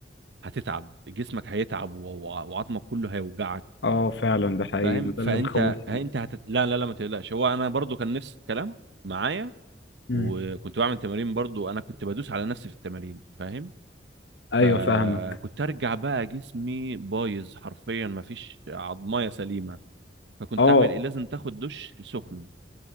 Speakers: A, on the right (about 70°); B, on the left (about 75°).
A: هتتعب جسمك هيتعب وع- وعظمك كله هيوجعك
B: اه فعلا ده حقيقي
A: فاهم
B: ما ده
A: فانت
B: اللي مخوفني
A: انت هتت... لا لا لا ما تقلقش هو انا برضو كان نفس الكلام معايا
B: مم.
A: وكنت بعمل تمارين برضو انا كنت بدوس على نفسي في التمارين فاهم
B: ايوه
A: فكنت
B: فاهمك
A: ارجع بقى جسمي بايظ حرفيا مفيش عظمايه سليمه فكنت
B: اه
A: اعمل ايه لازم تاخد دش سخن